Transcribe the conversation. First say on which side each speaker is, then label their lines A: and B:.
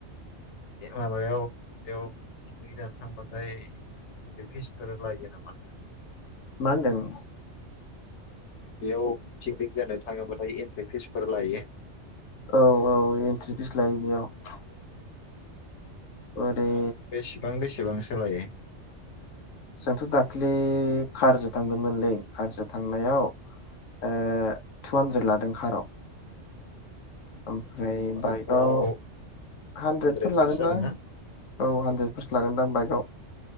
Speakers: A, on the left; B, on the left.
A: ए माबायाव बेयाव पिकनिक जानो थांबाथाय इन्ट्रि फिसफोर लायो नामा?
B: मा होनदों?
A: बेयाव पिकनिक जानो थाङोबाथाय एन्ट्रि फिसफोर लायो।
B: औ औ एन्ट्रि फिस लायो बेयाव। ओरै
A: ओह बेसेबां बेसे बेसेबांसो लायो?
B: जोंथ' दाख्लि कारजों थांदोंमोनलै कारजों थांनायाव ओ टु हान्द्रेद लादों काराव। ओमफ्राय
A: बाइकफोराव
B: बाइकआव हानद्रेदफोर
A: हानद्रेदफोरसो
B: लागोनदां
A: जागोन ना
B: औ हानद्रेदफोरसो लागोनदां बाइकआव।